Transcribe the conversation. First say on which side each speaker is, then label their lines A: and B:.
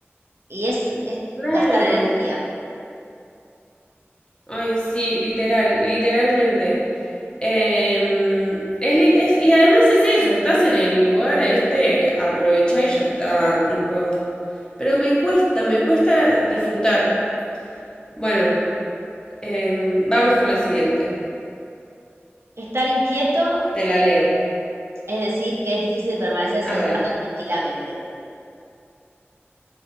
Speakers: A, on the right; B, on the left.
A: Y es, es
B: Claro.
A: gastar energía.
B: Ay, sí, literal, literalmente. Em, es lit- es- y además es eso, estás en el lugar este, aprovechá y ya está, tipo. Pero me cuesta, me cuesta disfrutar. Bueno, em, vamos con la siguiente.
A: Estar inquieto
B: Te la leo.
A: es decir que es difícil permanecer sentado
B: Ah, dale.
A: tranquilamente.